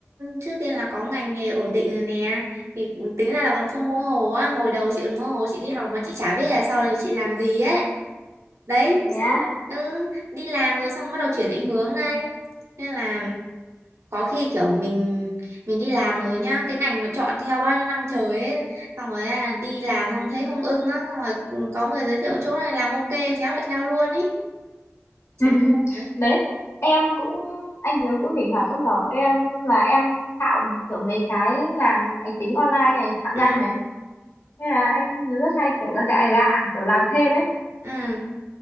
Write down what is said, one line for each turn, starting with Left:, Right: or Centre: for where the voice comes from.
Right: trước tiên là có ngành nghề ổn định rồi nè thì tính ra là còn không mơ hồ á hồi đầu chị còn mơ hồ chị đi học mà chị chả biết là sau này chị làm gì ấy đấy
Left: thế á
Right: xong rồi ừ, đi làm rồi xong bắt đầu chuyển định hướng đây nên là có khi kiểu mình mình đi làm rồi nhá cái ngành mà chọn theo bao nhiêu năm trời ấy xong rồi à, đi làm xong thấy không ưng á xong rồi ừ, có người giới thiệu chỗ này làm ok khéo lại theo luôn ý chả
Left: <laughs>
Right: ừ,
Left: đấy em cũng anh Hiếu cũng thỉnh thoảng cũng bảo em là em thạo kiểu mấy cái làm máy tính online này thạo
Right: ừ,
Left: nhanh này nên là anh Hiếu rất hay kiểu gạ gạ gạ kiểu làm thêm ấy
Right: ừ,